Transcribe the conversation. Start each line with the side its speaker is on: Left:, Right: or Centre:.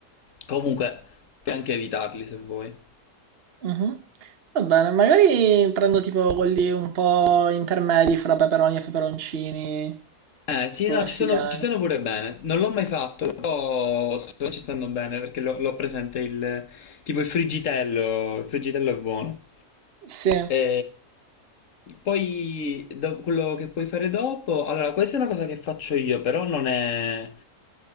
Left: Comunque, puoi anche evitarli se vuoi.
Right: Mhm. Va bene, magari prendo tipo quelli un po' intermedi fra peperoni e peperoncini,
Left: Eh sì,
Right: tipo
Left: no,
Right: messicani.
Left: ci sono, ci stanno pure bene. Non l'ho mai fatto, però so- ci stanno bene perché l'ho l'ho presente il tipo il friggitello, il friggitello è buono.
Right: Sì,
Left: E, poi do- quello che puoi fare dopo, allora questa è una cosa che faccio io, però non è,